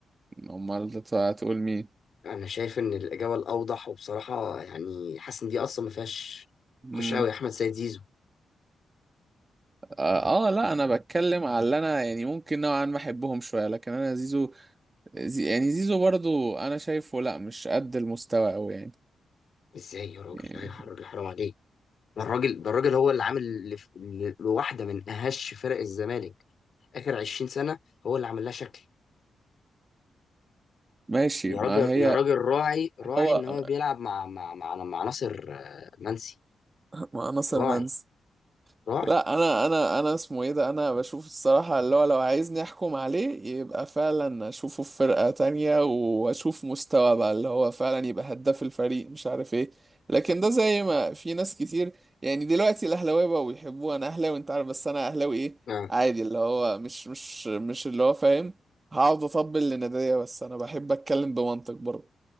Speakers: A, on the right (about 30°); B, on the left (about 60°).
A: امال ت- هتقول مين
B: انا شايف ان الاجابه الاوضح وبصراحه يعني حاسس ان دي اصلا ما فيهاش
A: مم.
B: خش قوي احمد سيد زيزو
A: اه آه، لا انا بتكلم على اللي انا يعني ممكن نوعا ما احبهم شويه لكن انا زيزو زي يعني زيزو برضو انا شايفه لا مش قد المستوى قوي يعني
B: ازاي يا راجل
A: يعني
B: لا يا راجل حرام عليك ده الراجل ده الراجل هو اللي عامل لف- ل- لواحده من اهش فرق الزمالك اخر 20 سنه هو اللي عامل لها شكل
A: ماشي
B: يا
A: ما
B: راجل
A: هي
B: يا راجل راعي راعي
A: هو
B: ان هو بيلعب مع مع مع, مع ناصر آه، منسي
A: مع ناصر
B: راعي
A: منسي
B: راعي
A: لا انا انا انا اسمه ايه ده انا بشوف الصراحة اللي هو لو عايزني احكم عليه يبقى فعلا اشوفه في فرقة تانية واشوف مستوى بقى اللي هو فعلا يبقى هداف الفريق مش عارف ايه لكن ده زي ما في ناس كتير يعني دلوقتي الاهلاويه بقوا يحبوه انا اهلاوي انت عارف بس انا اهلاوي ايه
B: اه
A: عادي اللي هو مش مش مش اللي هو فاهم هقعد اطبل لنادية بس انا بحب اتكلم بمنطق برضه